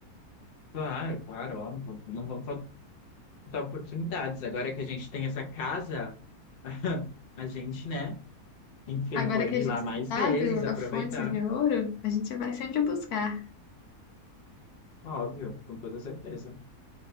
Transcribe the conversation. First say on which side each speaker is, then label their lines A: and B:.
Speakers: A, on the left (about 45°); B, on the left (about 80°).
A: Claro, claro, óbvio. Não vão faltar oportunidades. Agora que a gente tem essa casa, <laughs> a gente, né? Enfim,
B: Agora
A: pode
B: que a gente
A: ir lá mais
B: sabe
A: vezes, aproveitar.
B: a fonte de ouro, a gente vai sempre buscar.
A: Óbvio, com toda certeza.